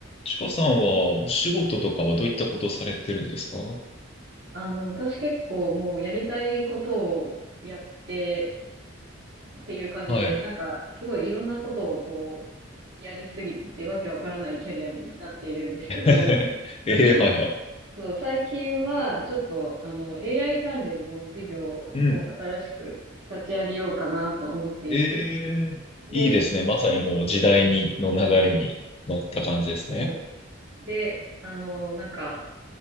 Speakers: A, on the left; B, on the right.
A: ちかさんはお仕事とかはどういったことをされてるんですか
B: あの、私結構もうやりたいことをやってっていう感じで、
A: はい。
B: なんかすごいいろんなことをこう、やりすぎててわけわからないキャリアになっているんですけど、
A: <laughs>
B: なんか
A: ええはいはい。
B: <laughs>、そう、最近はちょっとあの、AI 関連の事業を新しく立ち上げようかなと思っていて、
A: うん。ええいいですね。
B: で、
A: まさにもう時代に、の流れに乗った感じですね。
B: もう、で、あの、なんか、